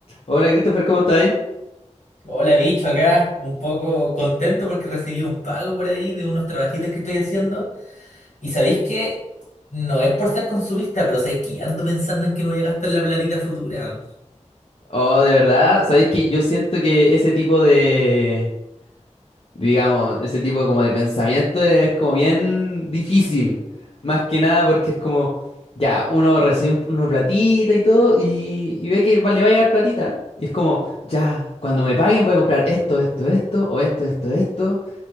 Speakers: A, on the left (about 50°); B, on the left (about 75°).
A: Hola Christopher, ¿cómo estás?
B: Hola, bicho, acá un poco contento porque recibí un pago por ahí de unos trabajitos que estoy haciendo. Y sabéis que no es por ser consumista, pero sabéis que ya ando pensando en que me voy a gastar la platita futura.
A: Oh, de verdad, ¿sabes que yo siento que ese tipo de, digamos, ese tipo como de pensamiento es como bien difícil, más que nada porque es como, ya, uno recibe un- una platita y todo y, y ve que va- le va a llegar platita y es como, ya, cuando me paguen voy a comprar esto, esto, esto, o esto, esto, esto,